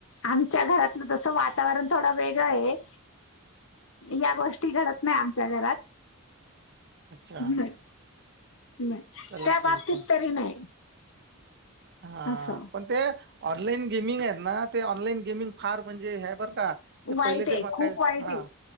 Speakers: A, on the left; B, on the right.
A: आमच्या घरातलं तस वातावरण थोडं वेगळं आहे या गोष्टी घडत नाही आमच्या घरात
B: अच्छा
A: नाही नाही
B: चला
A: त्या
B: ठीक
A: बाबतीत
B: आहे
A: तरी नाही
B: हा
A: असं
B: पण ते ऑनलाईन गेमिंग आहेत ना ते ऑनलाईन गेमिंग फार म्हणजे ह्या बर का ते
A: वाईट
B: पहिले
A: आहे
B: ते मग
A: खूप
B: काय
A: वाईट
B: हा
A: आहे